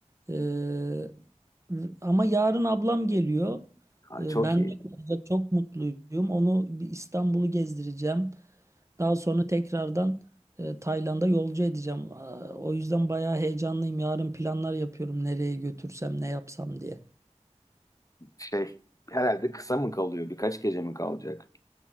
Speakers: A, on the right; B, on the left.
A: Ee, ama yarın ablam geliyor.
B: Ha,
A: Ee,
B: çok
A: ben
B: iyi.
A: de kalacak. çok mutluyum. Onu bir İstanbul'u gezdireceğim. Daha sonra tekrardan e, Tayland'a yolcu edeceğim. Aa, O yüzden bayağı heyecanlıyım. Yarın planlar yapıyorum. Nereye götürsem, ne yapsam diye.
B: Şey herhalde kısa mı kalıyor? Birkaç gece mi kalacak?